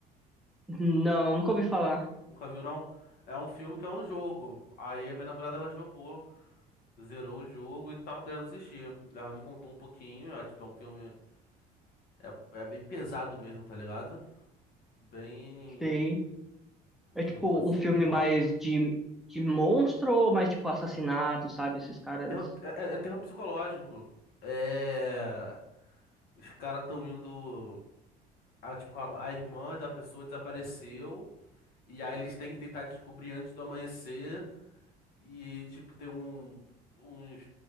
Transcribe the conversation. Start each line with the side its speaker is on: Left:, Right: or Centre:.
Centre: Não, nunca ouvi falar.
Left: Nunca viu, não? É um filme que é um jogo. Aí a minha namorada ela jogou. Zerou o jogo e tava querendo assistir. Ela me contou um pouquinho, é, tipo, é um filme. É, é bem pesado mesmo, tá ligado? Bem.
Centre: Sim. É
Left: Terror
Centre: tipo
Left: assim,
Centre: um filme
Left: forte.
Centre: mais de, de monstro ou mais tipo assassinato, sabe? Esses caras.
Left: Terror- é, é- é terror psicológico. É. Os caras tão indo. A, tipo, a, a irmã da pessoa desapareceu. E aí eles têm que tentar descobrir antes do amanhecer. E, tipo, tem um. Uns.